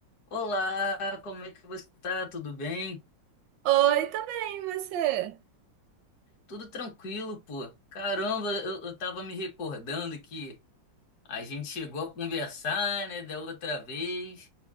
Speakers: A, on the left; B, on the right.
A: Olá, como é que você tá? Tudo bem?
B: Oi, tá bem, e você?
A: Tudo tranquilo, pô. Caramba, eu, eu tava me recordando que a gente chegou a conversar, né, da outra vez,